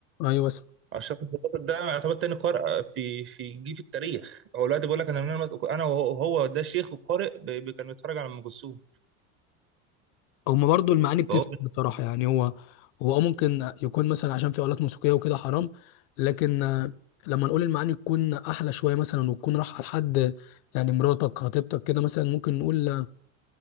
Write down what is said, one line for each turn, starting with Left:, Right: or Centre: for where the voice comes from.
Left: ايوه
Right: الشيخ عبد الباسط ده يعتبر تاني قارئ في في جه في التاريخ هو دلوقتي بيقول لك انا من انا انا وهو هو ده شيخ وقارئ ب- ب- كان بيتفرج على ام كلثوم
Left: هما برضو المعاني بتفرق
Right: فهو
Left: بصراحة يعني هو هو آه ممكن يكون مثلا عشان في آلات موسيقية وكده حرام لكن آه، لما نقول المعاني تكون أحلى شوية مثلا وتكون رايحة لحد يعني مراتك خطيبتك كده مثلا ممكن نقول